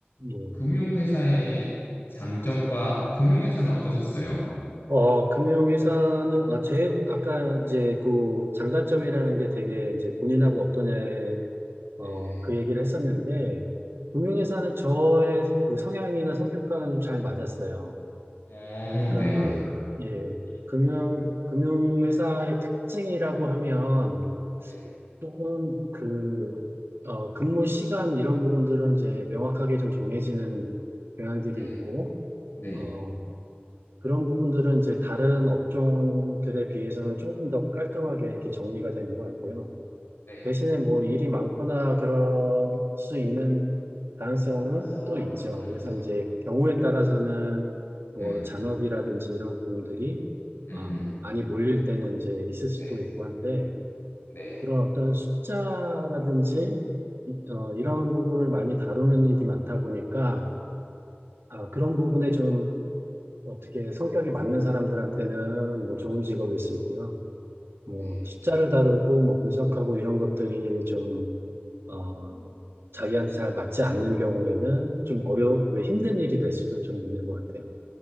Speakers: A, on the right (about 70°); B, on the left (about 65°).
A: 예.
B: 금융회사의 장점과 금융회사는 어떠셨어요?
A: 어, 금융회사는, 아, 제, 아까 이제 그 장단점이라는 게 되게 이제 본인하고 어떠냐에, 어,
B: 네, 네,
A: 그 얘기를 했었는데, 금융회사는 저의 그 성향이나 성격과는 잘 맞았어요.
B: 네,
A: 그러니까,
B: 어, 네네.
A: 예.
B: 이제
A: 금융,
B: 끝나-
A: 금융회사의 특징이라고 하면,
B: 네,
A: 조금 그, 어, 근무 시간 이런 부분들은 이제 명확하게 좀 정해지는 경향들이
B: 네,
A: 있고,
B: 네.
A: 어, 그런 부분들은 이제 다른 업종들에 비해서는 조금 더 깔끔하게 이렇게 정리가 되는 것 같고요.
B: 네.
A: 대신에 뭐 일이 많거나 그럴 수 있는 가능성은
B: 가능성은
A: 또 있죠.
B: 더
A: 그래서
B: 있죠.
A: 이제 경우에 따라서는 뭐
B: 네.
A: 잔업이라든지 이런 부분들이
B: 음,
A: 어,
B: 음.
A: 많이 몰릴 때는 이제 있을 수도
B: 네,
A: 있고 한데
B: 네,
A: 그런 어떤 숫자라든지 이- 어, 이런 부분을 많이 다루는 일이 많다 보니까 아, 그런 부분에 좀 어떻게 성격이 맞는 사람들한테는 뭐 좋은 직업일 수 있고요. 뭐
B: 네,
A: 숫자를 다루고 뭐 분석하고 이런 것들이 좀, 어, 자기한테 잘 맞지 않는 경우에는 좀 어려, 왜 힘든 일이 될 수도 좀 있는 것 같아요.